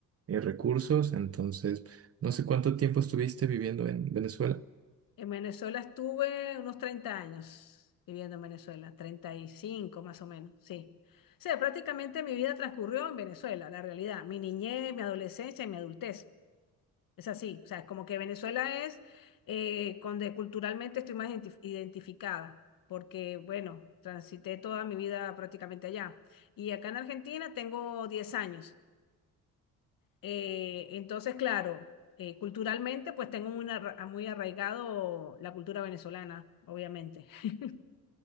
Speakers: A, on the right (about 40°); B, on the left (about 65°).
A: eh, recursos, entonces no sé cuánto tiempo estuviste viviendo en Venezuela.
B: En Venezuela estuve unos 30 años viviendo en Venezuela, 35 más o menos, sí. O sea, prácticamente mi vida transcurrió en Venezuela, la realidad, mi niñez, mi adolescencia y mi adultez. Es así, o sea, es como que Venezuela es eh, donde culturalmente estoy más identi- identificada, porque, bueno, transité toda mi vida prácticamente allá. Y acá en Argentina tengo 10 años. Eh, entonces, claro, eh, culturalmente, pues tengo muy, arra- muy arraigado la cultura venezolana, obviamente. <laughs>